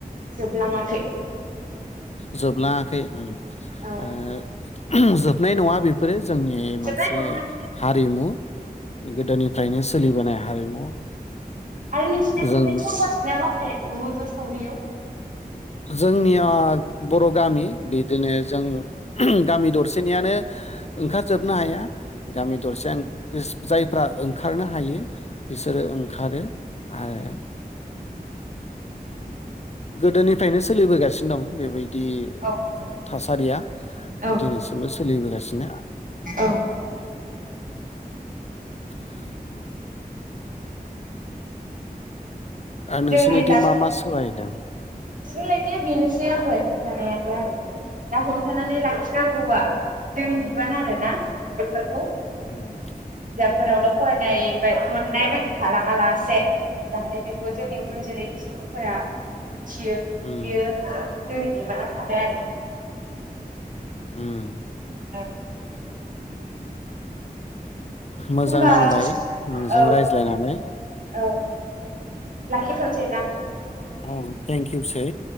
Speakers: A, on the right; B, on the left.
A: जोबलाङाखै
B: जोबलाङाखै उम
A: औ
B: ओ <unintelligible> जोब नाय नङा बेफोरो जोंनि
A: जोबनाय
B: मोनसे
A: नङा औ
B: हारिमु गोदोनिफ्रायनो सोलिबोनाय हारिमु
A: आरो नोंसिना
B: जों
A: बेलाय ज' बाहायोना ज' ज' सावरियाव
B: जोंनिया बर' गामि बिदिनो जों गामि दरसेनियानो ओंखारजोबनो हाया गामि दरसे आं जायफ्रा ओंखारनो हायो बिसोरो ओंखारो आरो गोदोनि फ्रायनो सोलिबोगासिनो दं बेबायदि
A: औ
B: थासारिया
A: औ
B: दिनैसिमबो सोलिबोगासिनो
A: औ
B: <unintelligible> नोंसोरनिथिं
A: जोंनि दा
B: मा मा सोलायदों
A: सोलायनाया बेनोसै आं दहाय खोनथानायानो आरो दा हमथानानै लाखिनांगौवा जोंनि बिबान आरो ना बेफोरखौ
B: <inaudible>
A: सोरावल फरायनाय बाय मोननाय बायदि थालाङा लासे जाहाथे बे जोंनि उन जोलैनि सुबुंफोरा थियो
B: उम
A: बियो। जोंनि बिबानाव थाबाय आरो।
B: उम।
A: औ
B: मोजां
A: होनबा
B: नांबाय नोंजों
A: औ
B: रायज्लायनानै।
A: औ लाखिथ'नोसै ना
B: औ थेंक इउ सै।